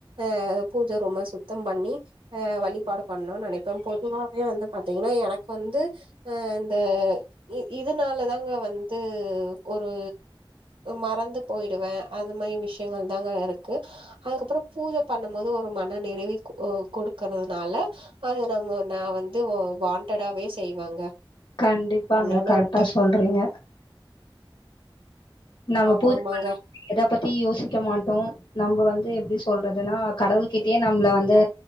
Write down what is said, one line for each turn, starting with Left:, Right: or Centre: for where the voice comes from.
Right: அஹ் பூஜை ரூம சுத்தி சுத்த பண்ணி அஹ வழிபாடு பண்ணும்னு நெனைப்ப பொதுவாவே வந்து பாத்தீங்கன்னா எனக்கு வந்து அஹ் இந்த இதுனால தாங்க வந்து ஒரு மறந்து போயிடுவ அது மாதிரி விஷயங்கள் தாங்க இருக்கு அதுக்கப்பற பூஜை பண்ணும் போது ஒரு மன நிறைவி கொடுக்கறதுனால அது நம் நா வந்து வாண்டடாவே செய்வங்க
Left: கண்டிப்பாங்க
Right: பண்ணணுன்ட்டு
Left: கரெக்டா சொல்றீங்க நம்ம
Right: ஆமா
Left: பூஜை
Right: ஆமாங்க
Left: பண்ண போதே எத பத்தி யோசிக்க மாட்டோ நம்ம வந்து எப்டி சொல்றதுன்னா கடவுள கிட்டயே நம்மள வந்து